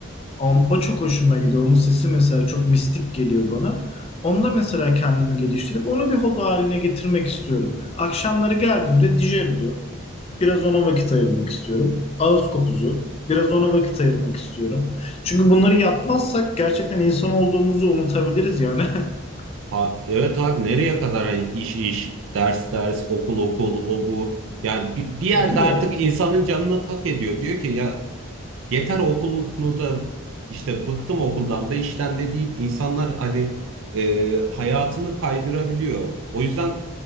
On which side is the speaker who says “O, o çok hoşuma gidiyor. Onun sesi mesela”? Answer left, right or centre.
Left